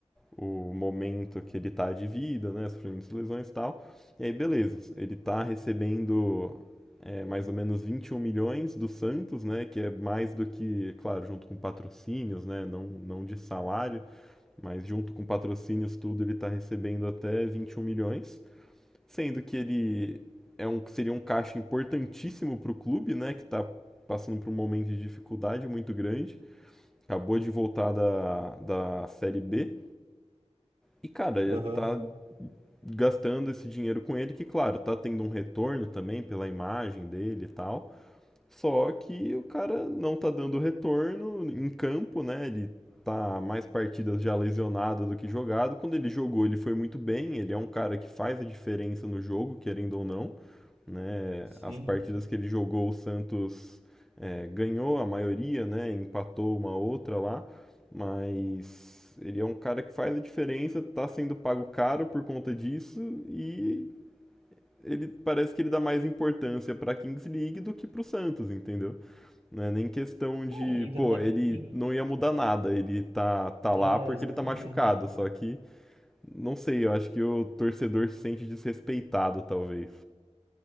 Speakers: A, in the centre; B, on the right.
A: o momento que ele está de vida, né, sofrimento de lesões e tal. E aí, beleza, ele está recebendo é, mais ou menos 21 milhões do Santos, né, que é mais do que, claro, junto com patrocínios, né, não, não de salário, mas junto com patrocínios tudo, ele está recebendo até 21 milhões, sendo que ele é um, seria um caixa importantíssimo para o clube, né, que está passando por um momento de dificuldade muito grande, acabou de voltar da, da Série B, e, cara, ele
B: Aham.
A: tá gastando esse dinheiro com ele, que, claro, tá tendo um retorno também pela imagem dele e tal. Só que o cara não tá dando retorno em campo, né? Ele tá mais partidas já lesionado do que jogado. Quando ele jogou, ele foi muito bem. Ele é um cara que faz a diferença no jogo, querendo ou não né?
B: Sim.
A: As partidas que ele jogou, o Santos é, ganhou a maioria, né? Empatou uma outra lá, mas ele é um cara que faz a diferença, tá sendo pago caro por conta disso e ele parece que ele dá mais importância para a Kings League do que para o Santos, entendeu? Não é nem questão de,
B: É, entra
A: pô,
B: na.
A: ele
B: em-
A: não ia mudar nada, ele tá, tá lá
B: É,
A: porque
B: exatamente.
A: ele tá machucado, só que, não sei, eu acho que o torcedor se sente desrespeitado, talvez.